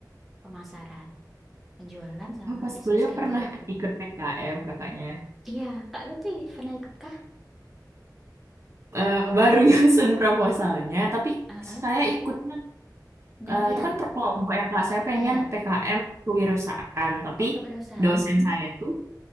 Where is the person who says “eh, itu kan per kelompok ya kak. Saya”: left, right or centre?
Right